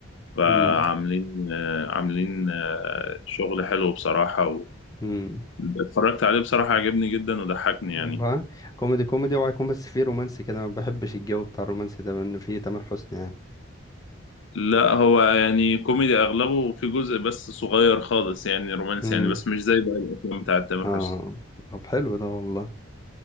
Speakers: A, on the left; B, on the left.
A: فعاملين
B: امم
A: آه، عاملين آه، شغل حلو بصراحة
B: امم
A: واتفرجت عليه بصراحة عجبني جدا وضحكني
B: والله
A: يعني
B: كوميدي كوميدي وهيكون بس فيه رومانسي كده ما بحبش الجو بتاع الرومانسي ده لأن فيه تامر حسني يعني
A: لا هو يعني كوميدي اغلبه وفي جزء بس صغير خالص يعني رومانسي
B: امم
A: يعني بس مش زي بقى الافلام بتاعت تامر
B: اه
A: حسني
B: طب حلو ده والله